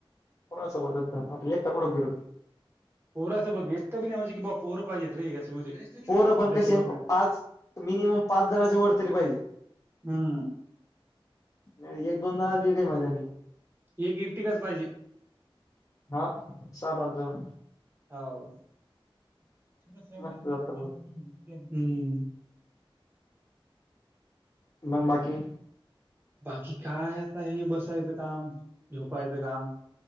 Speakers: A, on the left (about 35°); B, on the right (about 25°).
A: कोना सोबत नाय एकटा <unintelligible>
B: पोरा सोबत बी एकटं बी नाही म्हणेजे की बा पोर पाहिजेते रे म्हणजे त्याच्यासोबत
A: पोर पण कसे
B: नाही
A: पाच मिनिमम पाच जणचे वर तरी पाहिजे
B: हमम
A: नाही एक दोन जना बि काही मजा नाही
B: एक इरटिकच पाहिजे
A: हा सात आठ जण
B: हो. <inaudible>
A: मस्त जातं मग मंग बाकी
B: बाकी काय आता हे बसायचं काम, झोपायचं काम,